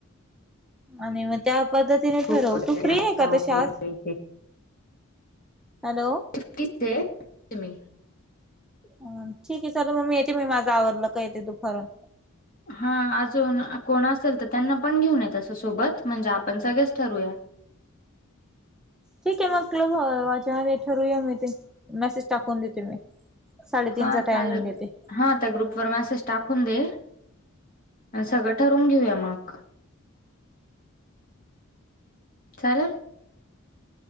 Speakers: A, in the centre; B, on the left (about 40°).
A: आणि मग त्या पद्ध तिने
B: खो
A: ठरव
B: खो वगैरे
A: तू फ्री
B: असता
A: आहे का तशी आज?
B: वगैरे
A: हॅलो!
B: <unintelligible>
A: अ ठीक आहे चल मग मी येते मी माझं आवरलं का येते दुपारुन.
B: हा अजून कोण असेल तर त्यांना पण घेऊन येत असं सोबत म्हणजे आपण सगळेच ठरूया.
A: ठीक आहे मग क्लबच्यामध्ये हे ठरूया मग ते मेसेज टाकून देते मी. साडेतीनचा
B: हा चालेल.
A: टायमिंग देते.
B: हा त्या ग्रुपवर मेसेज टाकून दे आणि सगळं ठरवून घेऊया मग. चालल.